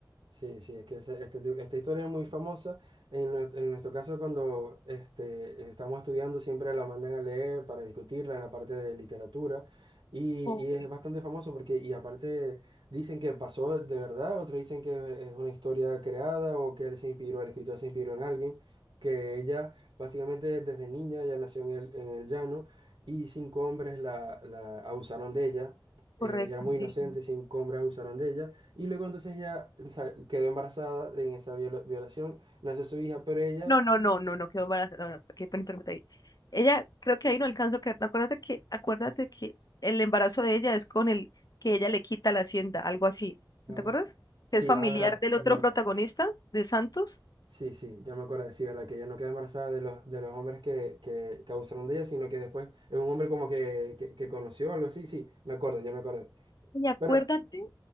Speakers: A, on the right (about 80°); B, on the left (about 55°).
A: Sí, sí, es que ese- este ti- esta historia es muy famosa. En, nue- en nuestro caso, cuando este, estamos estudiando, siempre la mandan a leer para discutirla en la parte de literatura. Y,
B: Ok.
A: y es bastante famoso porque, y aparte, dicen que pasó de verdad, otros dicen que es una historia creada o que él se inspiró, el escritor se inspiró en alguien, que ella básicamente desde niña ya nació en el, en el llano y cinco hombres la, la abusaron de ella. Eh,
B: Correcto.
A: Ella era muy inocente,
B: sí.
A: cinco hombres abusaron de ella. Y luego entonces ella o sea, quedó embarazada en esa viola- violación, nació su hija, pero ella...
B: No, no, no, no, no quedó embarazada. No, no, qué pena interrumpirte ahí. Ella, creo que ahí no alcanzó a quedar. Acuérdate que, acuérdate que el embarazo de ella es con el que ella le quita la hacienda, algo así.
A: Ah.
B: ¿No te acuerdas?
A: Sí,
B: Que es familiar
A: ah, verdad,
B: del
A: es
B: otro
A: verdad.
B: protagonista, de Santos.
A: Sí, sí, ya me acuerdo, sí, verdad, que ella no queda embarazada de los, de los hombres que, que, que abusaron de ella, sino que después es un hombre como que, que, que conoció, algo así, sí, me acuerdo, ya me acordé.
B: Y acuérdate
A: Pero